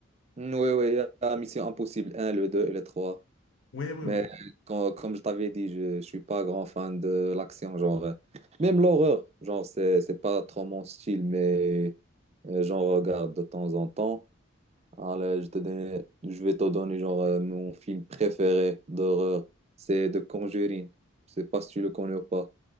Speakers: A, on the right; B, on the left.
A: Mm, ouais, ouais, il y a Mission Impossible un le 2 et le trois
B: Oui, oui,
A: Mais
B: oui.
A: euh, quand- comme je t'avais dit, je ne suis pas grand fan de l'action, genre. euh, Même l'horreur, genre, c'est, c'est pas trop mon style, mais euh, j'en regarde de temps en temps. Allez, je te donne- je vais te donner, genre, euh, mon film préféré d'horreur, c'est The Conjuring. Je sais pas si tu le connais ou pas.